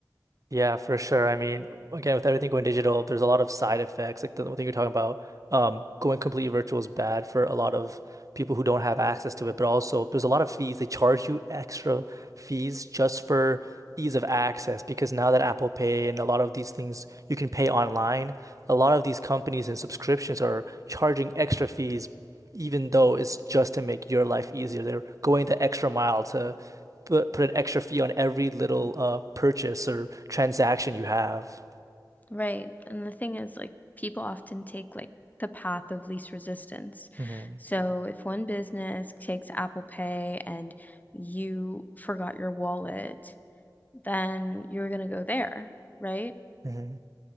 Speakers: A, on the right; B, on the left.
A: Yeah, for sure. I mean, again, with everything going digital, there's a lot of side effects. Like the thing you're talking about, um, going completely virtual is bad for a lot of people who don't have access to it, but also there's a lot of fees. They charge you extra fees just for ease of access because now that Apple Pay and a lot of these things you can pay online, a lot of these companies and subscriptions are charging extra fees, even though it's just to make your life easier. They're going the extra mile to put put an extra fee on every little uh purchase or transaction you have.
B: Right. And the thing is, like, people often take like the path of least resistance.
A: hmm
B: So if one business takes Apple Pay and you forgot your wallet, then you're going to go there, right?
A: hmm